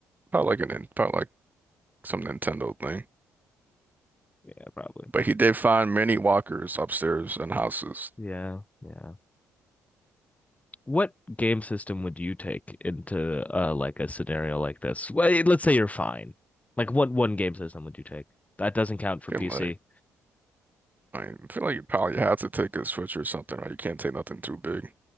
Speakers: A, on the right; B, on the left.
A: Probably like an probably like some Nintendo thing.
B: Yeah, probably.
A: But he did find many walkers upstairs in houses.
B: Yeah, yeah. what game system would you take into uh like a scenario like this? Well, let's say you're fine. Like what one game system would you take? That doesn't count
A: I
B: for
A: Feel
B: PC.
A: like I mean, I feel like you probably have to take a Switch or something, right? You can't take nothing too big.